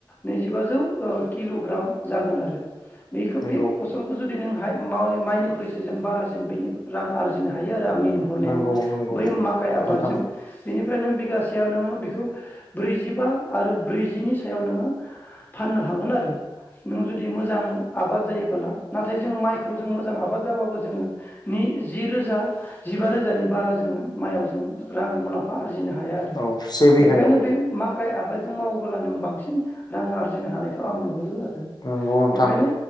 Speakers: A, on the left; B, on the left.
A: नैजिबाजौ ओ किलग्राम जागोन आरो बेखो
B: नंगौ
A: बे फसलखौ जुद नोंहाय मा <unintelligible> माइनिख्रुइसो जों बारासिन बैनि रां आरजिनो हायो आ <unintelligible> आंनि नुहरनायाव
B: नंगौ नंगौ
A: बै माखाइ आबादजों
B: नोंथां
A: बेनिफ्राय नों बिगास सेयाव नोङो बेखौ ब्रैजिबा आरो ब्रैजिनि सायाव नोङो फाननो हागोन आरो नों जुदि मोजां आबाद जायोबोला नाथाय जों माइखौ जों मोजां आबाद जाबाबो जोङो नि जि रोजा जिबा रोजानि बारा जोङो माइयाव जों रां मुलाम्फा आ जिनो हाया आरो
B: औ से
A: बेखायनो
B: बिघायाव
A: बे मा काय आबादजों मावोबोला नों बांसिन रां आरजिनो हानायखौ आं नुहुरो आरो
B: नंगौ नोंथां
A: बेखायनो